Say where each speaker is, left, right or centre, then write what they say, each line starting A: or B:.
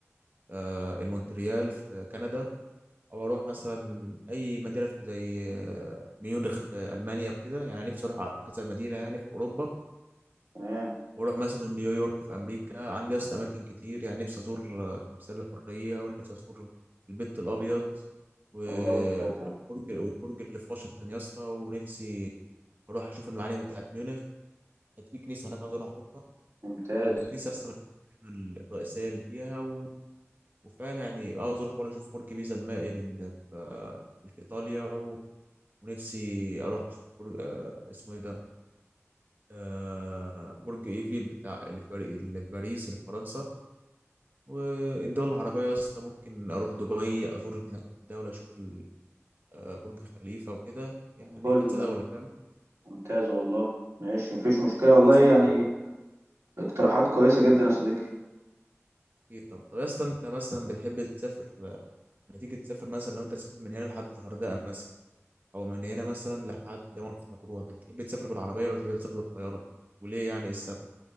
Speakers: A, on the right (about 40°); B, on the right (about 90°).
A: آه، المونتريال في كندا او اروح مثلا اي مدينه في- زي آه، ميونخ في المانيا وكده يعني نفسي اروح كذا مدينه يعني في اوروبا
B: تمام
A: واروح مثلا نيويورك في امريكا عندي اصلا اماكن كتير يعني نفسي ازور آه، تمثال الحريه ونفسي ازور البيت الابيض و-
B: والله ممتاز يا عم
A: والبرج والبرج اللي في واشنطن يا اسطى ونفسي اروح اشوف المعالم بتاعت ميونخ كانت في كنيسه هناك عاوز اروح اشوفها
B: ممتاز
A: يعني الكنيسه اصلا من المعالم الرئيسيه اللي فيها و... وفاهم يعني عاوز اروح برضه اشوف برج بيزا المائل اللي في اللي في ايطاليا و... ونفسي اروح اشوف برج آه، اسمه ايه ده آه، برج ايفيل بتاع اللي في باري- اللي في باريس اللي في فرنسا والدول العربيه يا اسطى ممكن اروح دبي ازور هناك الدوله اشوف ال- آه، برج خليفه وكده يعني
B: كل
A: كذا
B: ده
A: دوله فاهم
B: ممتاز والله ماشي مفيش مشكلة والله
A: يا اسطى
B: يعني اقتراحات كويسة جدا يا صديقي
A: إيه، طبعا طب يا اسطى انت مثلا بتحب تسافر هتيجي تسافر مثلا لو انت تسافر من هنا لحد الغردقه مثلا او من هنا مثلا لحد مرسى مطروح بتحب تسافر بالعربيه ولا بتحب تسافر بالطياره وليه يعني السبب